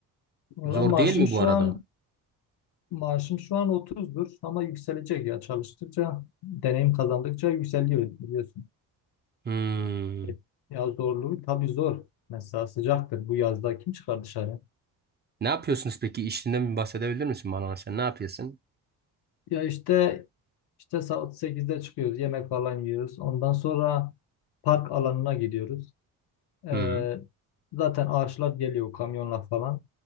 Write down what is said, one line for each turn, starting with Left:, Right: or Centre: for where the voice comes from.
Left: Valla
Right: Zor
Left: maaşım
Right: değil mi
Left: şu
Right: bu arada?
Left: an maaşım şu an 30'dur ama yükselecek ya çalıştıkça deneyim kazandıkça yükseliyor biliyorsun.
Right: Hmm.
Left: E, Ya zorluğu tabii zor. Mesela sıcaktır. Bu yazda kim çıkar dışarı?
Right: Ne yapıyorsunuz peki? İşinden bir bahsedebilir misin bana? Sen ne yapıyorsun?
Left: Ya işte işte saat 8'de çıkıyoruz. Yemek falan yiyoruz. Ondan sonra park alanına gidiyoruz. Ee,
Right: Hmm.
Left: zaten ağaçlar geliyor kamyonla falan.